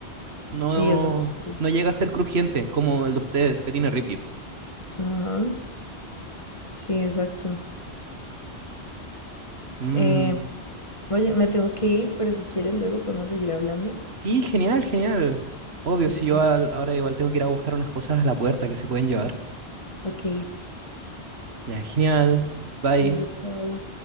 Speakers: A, on the right (about 70°); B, on the left (about 30°).
A: No,
B: sí, es bastante.
A: no llega a ser crujiente como el de ustedes, que tiene ripio.
B: Ajá, sí, exacto.
A: Mm,
B: Eh, oye, me tengo que ir, pero si quieres luego podemos seguir hablando.
A: sí, genial, genial. Obvio,
B: Listo.
A: si yo al- ahora igual tengo que ir a buscar unas cosas a la puerta que se pueden llevar.
B: Ok,
A: Ya, genial. Bye.
B: Vale, chao.